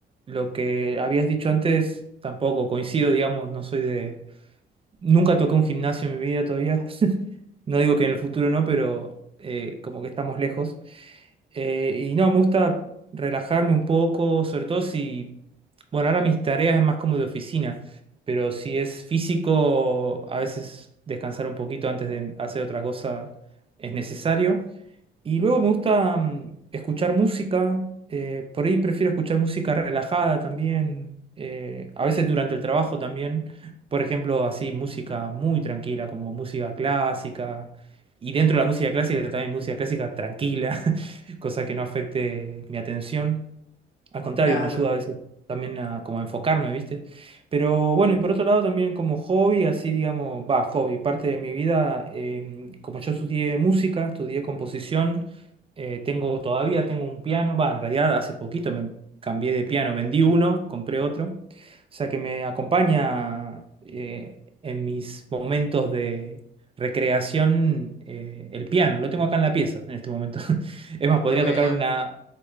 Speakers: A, on the right (about 30°); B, on the left (about 70°).
A: Lo que habías dicho antes, tampoco coincido, digamos, no soy de... Nunca toqué un gimnasio en mi vida todavía. <laughs> No digo que en el futuro no, pero eh, como que estamos lejos. Eh, y no, me gusta relajarme un poco, sobre todo si... Bueno, ahora mis tareas es más como de oficina, pero si es físico, a veces descansar un poquito antes de hacer otra cosa es necesario. Y luego me gusta mm, escuchar música, eh, por ahí prefiero escuchar música relajada también, eh, a veces durante el trabajo también, por ejemplo, así música muy tranquila, como música clásica, y dentro de la música clásica también música clásica tranquila, <laughs> cosa que no afecte mi atención. Al contrario,
B: Claro,
A: me ayuda a veces también a como a enfocarme, ¿viste? Pero bueno, y por otro lado también como hobby, así digamos, va, hobby, parte de mi vida, em, como yo estudié música, estudié composición, eh, tengo todavía tengo un piano, va, en realidad hace poquito me cambié de piano, vendí uno, compré otro, o sea que me acompaña eh, en mis momentos de recreación eh, el piano, lo tengo acá en la pieza en este momento. <laughs> Es más, podría
B: qué buena.
A: tocar una,